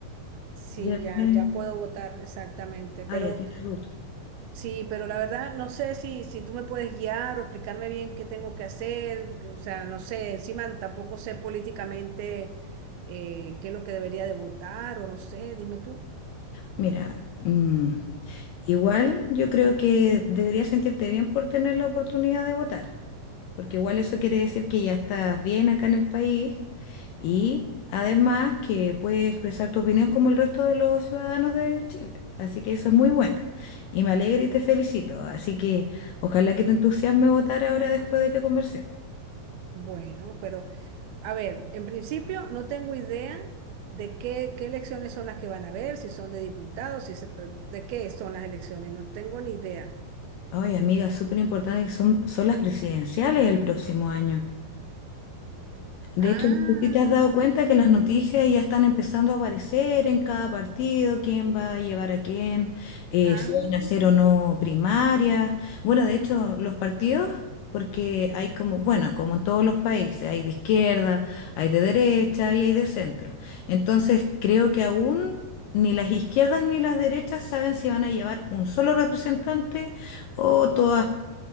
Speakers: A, on the right; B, on the left.
A: Sí,
B: Ya tienes,
A: ya, ya puedo votar exactamente, pero
B: ah, ya tienes ruta.
A: sí, pero la verdad no sé si, si tú me puedes guiar o explicarme bien qué tengo que hacer. O sea, no sé, encima tampoco sé políticamente eh, qué es lo que debería de votar o no sé, dime tú.
B: Mira, mm, igual yo creo que deberías sentirte bien por tener la oportunidad de votar, porque igual eso quiere decir que ya estás bien acá en el país y además que puedes expresar tu opinión como el resto de los ciudadanos de Chile. Así que eso es muy bueno y me alegra y te felicito. Así que ojalá que te entusiasme votar ahora después de que conversemos.
A: Bueno, pero... A ver, en principio no tengo idea de qué, qué elecciones son las que van a ver, si son de diputados, si se pre- de qué son las elecciones, no tengo ni idea.
B: Ay, amiga, súper importante que son, son las presidenciales el próximo año. De
A: Ah,
B: hecho, no sé si te has dado cuenta
A: ya,
B: que las noticias ya están empezando a aparecer en cada partido, quién va a llevar a quién, eh,
A: ah,
B: si van a hacer o no primarias. Bueno, de hecho, los partidos, porque hay como, bueno, como en todos los países, hay de izquierda, hay de derecha y hay de centro. Entonces, creo que aún ni las izquierdas ni las derechas saben si van a llevar un solo representante o todas